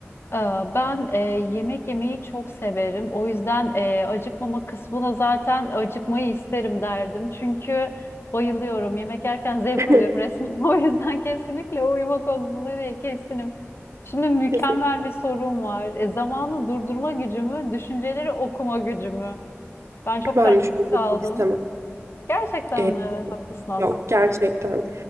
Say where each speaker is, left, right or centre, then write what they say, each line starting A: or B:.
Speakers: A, on the left; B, on the right.
A: Ee, Ben e, yemek yemeyi çok severim. O yüzden e, acıkmama kısmına zaten acıkmayı isterim derdim. Çünkü bayılıyorum. Yemek yerken zevk
B: <laughs>
A: alıyorum
B: Hı,
A: resmen. <laughs> O yüzden kesinlikle uyuma konusunda de kesinim. Şimdi mükemmel
B: Kesinlikle
A: bir sorum var. E, zamanı durdurma gücümü, düşünceleri okuma gücümü. Ben çok
B: ben
A: kararsız
B: düşünmek
A: kaldım.
B: istemem.
A: Gerçekten
B: Ee,
A: mi? Evet, haklısın aslında.
B: yok gerçekten.